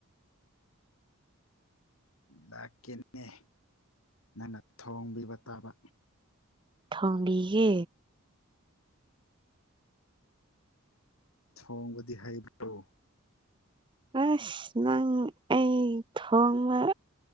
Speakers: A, on the right; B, on the left.
A: <inaudible>
B: ꯂꯥꯛꯀꯦꯅꯦ ꯅꯪꯅ ꯊꯣꯡꯕꯤꯕ ꯇꯥꯕ
A: ꯊꯣꯡꯕꯤꯒꯦ
B: ꯊꯣꯡꯕꯗꯤ ꯍꯩꯕ꯭ꯔꯣ
A: ꯑꯁ ꯅꯪ ꯑꯩ ꯊꯣꯡꯕ